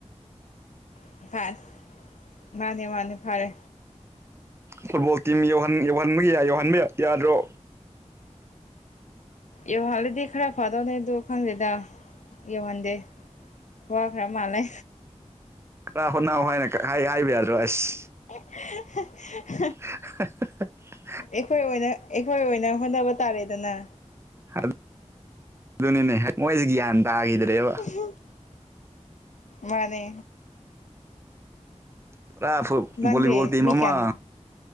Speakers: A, on the left; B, on the right.
A: <unintelligible> ꯃꯥꯅꯦ ꯃꯥꯅꯦ ꯐꯔꯦ꯫
B: ꯐꯨꯠꯕꯣꯜ ꯇꯤꯝ ꯌꯧꯍꯟ ꯌꯧꯍꯟꯕꯒꯤ ꯌꯧꯍꯟꯕ ꯌꯥꯗ꯭ꯔꯣ꯫
A: ꯌꯣꯍꯜꯂꯗꯤ ꯈꯔ ꯐꯗꯧꯅꯦ ꯑꯗꯨ ꯈꯪꯗꯦꯗ ꯌꯣꯍꯟꯗꯦ꯫ ꯋꯥꯈꯔ ꯃꯥꯜꯂꯦ꯫
B: ꯈꯔ ꯍꯣꯠꯅꯥꯎ ꯍꯥꯏꯅ ꯍꯥꯏꯅ ꯍꯥꯏꯕ ꯌꯥꯗ꯭ꯔꯣ ꯑꯁ꯫
A: <unintelligible>
B: <unintelligible>
A: ꯑꯩꯈꯣꯏ ꯑꯣꯏꯅ ꯑꯩꯈꯣꯢ ꯑꯣꯏꯅ ꯍꯣꯠꯅꯕ ꯇꯥꯔꯦꯗꯅ꯫
B: <unintelligible> ꯑꯗꯨꯅꯤꯅꯦ ꯃꯣꯏꯁꯦ ꯒ꯭ꯌꯥꯟ ꯇꯥꯈꯤꯗ꯭ꯔꯦꯕ꯫
A: <unintelligible> ꯃꯥꯅꯦ꯫
B: ꯄꯨꯔꯥ ꯐꯨꯠ
A: ꯅꯪꯗꯤ
B: ꯕꯣꯂꯤꯕꯣꯜꯗꯤ
A: ꯃꯤ
B: ꯑꯃꯥ
A: ꯀꯌꯥꯅꯣ